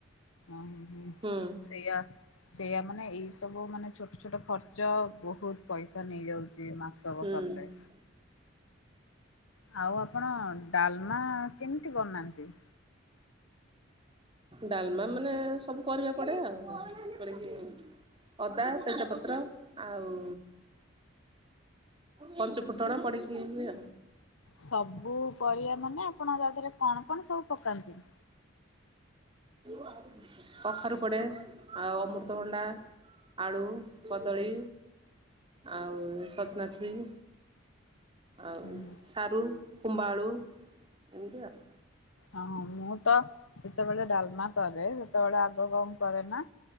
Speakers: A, on the left; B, on the right.
A: ଓ ହ
B: ହୁଁ
A: ସେଇଆା ସେଇୟା ମାନେ ଏଇ ସବୁ ମାନେ ଛୋଟ ଛୋଟ ଖର୍ଚ୍ଚ ବହୁତ ପଇସା ନେଇଯାଉଚି ମାସକ
B: ହୁଁ
A: ସରିଲେ। ଆଉ ଆପଣ ଡାଲମା କେମିତି ବନାନ୍ତି?
B: ଡାଲମା ମାନେ ସବୁ ପରିବା ପଡେ ଆଉ। ପଡିକି ଅଦା ତେଜପତ୍ର ଆଉ ପଞ୍ଚ ଫୁଟଣ ପଡିକି ହୁଏ।
A: ସବୁ ପରିବା ମାନେ ଆପଣ ତା ଦେହରେ କଣ କଣ ସବୁ ପକାନ୍ତି?
B: <inaudible> କଖାରୁ ପଡ଼େ ଆଉ ଅମୃତଭଣ୍ଡା ଆଳୁ କଦଳୀ। ଆଉ ସଜନା ଛୁ ଇଁ ଆଉ
A: ହୁଁ
B: ସାରୁ ଖମ୍ବଆଳୁ ଏମିତି ଆଉ।
A: ହଁ ମୁଁ ତ ଯେତେବେଳେ ଡାଲମା କରେ, ସେତେବେଳେ ଆଗ କଣ କରେ ନା